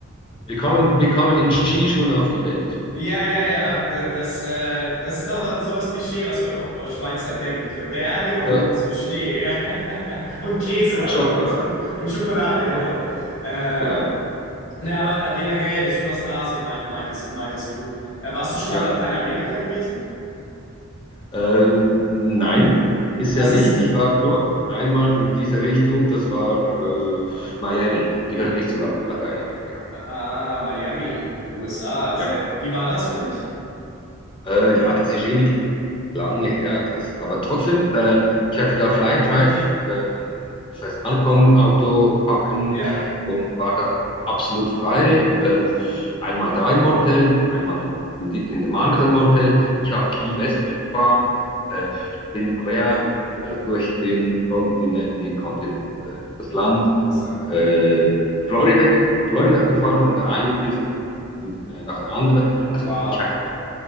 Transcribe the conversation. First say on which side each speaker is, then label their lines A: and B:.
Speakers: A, on the left; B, on the left.
A: Wir kommen, wir kommen in Skischuhen auf die Welt.
B: Ja, ja, ja. Da- Das, äh, das ist doch so das Klischee, was man auch über Schweizer denkt. Berge
A: Da,
B: und Schnee, ja. <laughs> Und Käse,
A: und
B: aber
A: Schokolade.
B: gut. Und Schokolade, genau.
A: Und,
B: Ähm,
A: genau.
B: ne, aber generell Südostasien meint, meintest, meintest du. Äh, warst du schon
A: Ja,
B: mal in Lateinamerika gewesen?
A: äh, nein, bisher
B: Das
A: nicht.
B: ist,
A: Ich war nur einmal in dieser Richtung, das war äh, Miami, gehört nicht zu La- Lateinamerika.
B: ah, Miami, USA.
A: Ja,
B: Sehr, wie war das für dich?
A: äh, ja, das ist ewig lange her. Das, aber trotzdem, äh, ich hatte da Fly and Drive, ähm, das heißt ankommen, Auto packen
B: Ja,
A: und war da absolut frei. Äh, einmal da im Motel, einmal in, die, in dem anderen Motel. Ich habe Key West gefahren, äh, bin quer äh, durch den Kontinent, nicht Kontinent, äh, das Land
B: das Land,
A: äh,
B: ja.
A: Florida, Florida gefahren, von der einen Küste in, äh, nach der anderen. Also
B: Wow.
A: ich hatte